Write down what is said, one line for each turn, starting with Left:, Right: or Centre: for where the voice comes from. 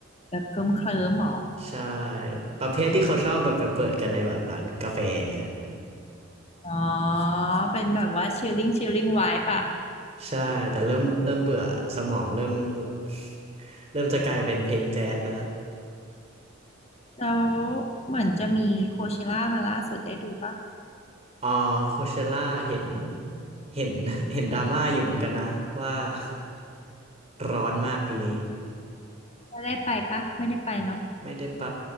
Left: แบบเคลิ้มเคลิ้มหรอ
Right: ใช่ประเภทที่เขาชอบแบบไปเปิดกันในแบบร้านกาแฟอย่างเงี้ย
Left: อ๋อเป็นแบบว่าชิลลิ่งชิลลิ่งไวปะ
Right: ใช่แต่เริ่มเริ่มเบื่อสมองเริ่ม <laughs> เริ่มจะกลายเป็นเพลงแจ๊สไปละ
Left: แล้วเหมือนจะมีโคเชล่ามาล่าสุดได้ดูปะ
Right: อ๋อโคเชล่าเห็นเห็น <laughs> เห็นดราม่าอยู่เหมือนกันนะว่า <laughs> ร้อนมากปีนี้
Left: ได้ไปปะไม่ได้ไปเนาะ
Right: ไม่ได้ไป